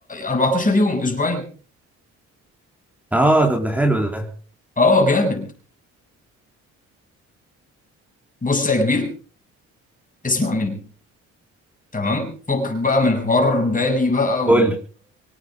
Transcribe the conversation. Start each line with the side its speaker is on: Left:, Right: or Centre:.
Left: 14 يوم أسبوعين
Centre: اه طب ده حلو ده
Left: اه جامد بص يا كبير اسمع مني تمام فكك بقى من حوار بالي بقى
Centre: قول
Left: و
Centre: لي